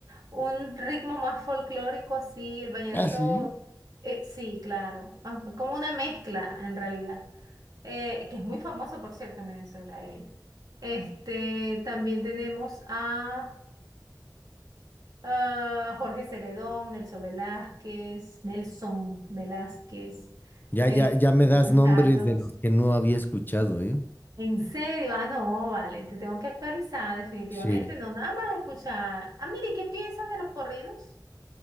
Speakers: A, on the right; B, on the left.
A: un ritmo más folclórico así, el vallenato,
B: Ah, sí.
A: eh, sí, claro, ah, como una mezcla en realidad, eh, que es muy famoso, por cierto, en Venezuela él. Este, también tenemos a, ah, Jorge Celedón, Nelson Velázquez, Nelson Velázquez,
B: Ya,
A: este,
B: ya, ya me
A: Juan
B: das nombres
A: Carlos.
B: de los que no había escuchado, ¿eh?
A: En serio, ah, no, vale, te tengo que actualizar definitivamente,
B: Sí,
A: no nada más escuchar. Ah, mire, ¿qué piensas de los corridos